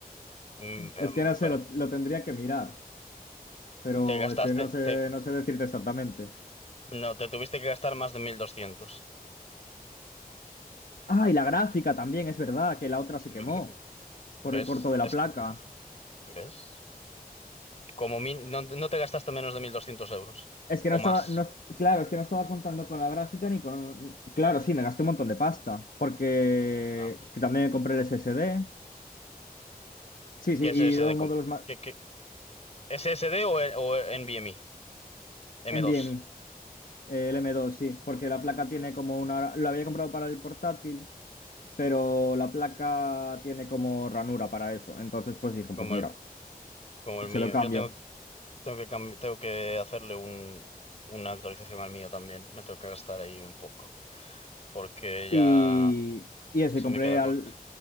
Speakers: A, on the left; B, on the left.
A: Mm, em,
B: Es que no sé,
A: pe-
B: lo, lo tendría que mirar. Pero
A: Te gastaste,
B: es que no sé,
A: te,
B: no sé decirte exactamente.
A: no, te tuviste que gastar más de 1200.
B: Ah, y la gráfica también, es verdad, que la otra se
A: Mm,
B: quemó por
A: ¿Ves?
B: el corto de
A: Es,
B: la placa.
A: ¿ves? Como min- no, no te gastaste menos de 1200 euros
B: Es que
A: o
B: no estaba,
A: más.
B: no, claro, es que no estaba contando con la gráfica ni con... Claro, sí, me gasté un montón de pasta, porque
A: Ah.
B: que también me compré el SSD. Sí, sí,
A: ¿Qué es
B: y
A: SSD?
B: dos módulos
A: com-
B: más...
A: ¿Qué, qué, SSD o, o NVMe? M2,
B: NVMe, eh, el m dos, sí, porque la placa tiene como una... Lo había comprado para el portátil, pero la placa tiene como ranura para eso. Entonces, pues dije,
A: como
B: pues mira,
A: el, como
B: se
A: el mío.
B: lo cambio.
A: Yo tengo, tengo que cambi- tengo que hacerle un, una actualización al mío también. Me toca gastar ahí un poco, porque
B: Y,
A: ya
B: y eso,
A: se
B: y compré
A: me queda
B: al...
A: corto.